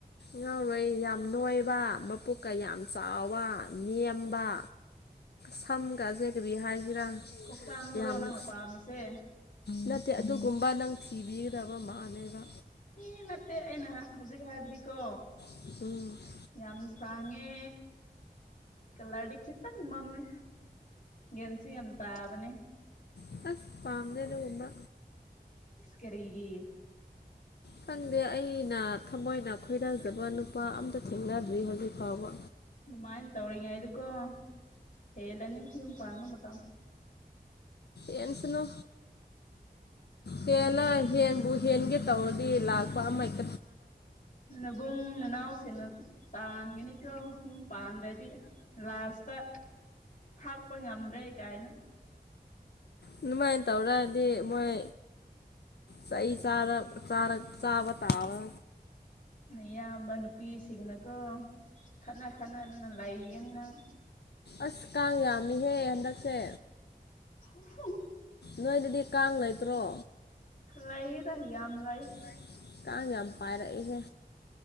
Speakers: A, on the left; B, on the left.
A: ꯉꯥꯎꯔꯣꯏ ꯌꯥꯝ ꯅꯣꯏꯕ ꯃꯄꯨꯛꯀ ꯌꯥꯝ ꯆꯥꯎꯕ ꯅꯦꯝꯕ ꯁꯝꯒꯖꯦ ꯍꯥꯏꯁꯤꯔꯥ
B: ꯀꯣꯛꯇꯥꯡꯕ꯭ꯔꯣ
A: ꯌꯥꯝꯅ
B: ꯅꯪꯅ ꯄꯥꯝꯃꯤꯁꯦ
A: ꯅꯠꯇꯦ ꯑꯗꯨꯒꯨꯝꯕ ꯅꯪ ꯊꯤꯕꯤꯒꯗꯕ ꯃꯥꯜꯂꯦꯕ
B: ꯏ ꯅꯠꯇꯦ ꯑꯩ ꯅꯍꯥꯛ ꯍꯧꯖꯤꯛ ꯍꯥꯏꯕꯗꯤꯀꯣ
A: ꯎꯝ
B: ꯌꯥꯝ ꯁꯥꯡꯉꯦ ꯀꯂꯔꯗꯤ ꯈꯤꯇꯪ ꯃꯝꯃꯦ ꯒꯌꯥꯟꯁꯨ ꯌꯥꯝ ꯇꯥꯕꯅꯦ
A: ꯑꯁ ꯄꯥꯝꯗꯦ ꯑꯗꯨꯒꯨꯝꯕ
B: ꯀꯔꯤꯒꯤ
A: ꯈꯪꯗꯦ ꯑꯩꯅ ꯊꯃꯣꯏꯅ ꯈꯣꯏꯗꯖꯥꯕ ꯅꯨꯄꯥ ꯑꯝꯇꯥ ꯊꯦꯡꯅꯗ꯭ꯔꯤ ꯍꯧꯖꯤꯛ ꯐꯥꯎꯕ
B: ꯑꯗꯨꯃꯥꯏꯟ ꯇꯧꯔꯤꯉꯩꯗꯀꯣ ꯍꯦꯜꯂꯅꯤ ꯌꯨꯝ ꯄꯥꯟꯕ ꯃꯇꯝ
A: ꯍꯦꯟꯁꯅꯨ ꯍꯦꯜꯂꯥ ꯍꯦꯟꯕꯨ ꯍꯦꯟꯒꯦ ꯇꯧꯔꯗꯤ ꯂꯥꯛꯄ ꯑꯃ ꯍꯦꯛ
B: ꯅꯕꯨꯡ ꯅꯅꯥꯎ ꯁꯦꯟꯅ ꯇꯥꯟꯒꯅꯤꯀꯣ ꯌꯨꯝ ꯄꯥꯟꯗ꯭ꯔꯗꯤ ꯂꯥꯁꯇꯥ ꯊꯥꯛꯄ ꯉꯝꯗ꯭ꯔꯦ ꯀꯥꯏꯅ
A: ꯑꯗꯨꯃꯥꯏꯟ ꯇꯧꯔꯛꯑꯗꯤ ꯃꯣꯏ ꯆꯩ ꯆꯥꯔꯞ ꯆꯥꯔꯛ ꯆꯥꯕ ꯇꯥꯕ
B: ꯅꯥꯌꯥꯝꯕ ꯅꯨꯄꯤꯁꯤꯡꯅꯀꯣ ꯈꯠꯅ ꯈꯠꯅꯗꯅ ꯂꯩꯒꯅꯤ ꯅꯪ
A: ꯑꯁ ꯀꯥꯡ ꯌꯥꯝꯃꯤꯍꯦ ꯍꯟꯗꯛꯁꯦ
B: <unintelligible>
A: ꯅꯣꯏꯗꯗꯤ ꯀꯥꯡ ꯂꯩꯇ꯭ꯔꯣ
B: ꯂꯩꯌꯦꯗꯥ ꯌꯥꯝ ꯂꯩꯥ
A: ꯂꯩ ꯀꯥꯡ ꯌꯥꯝ ꯄꯥꯏꯔꯛꯑꯦꯍꯦ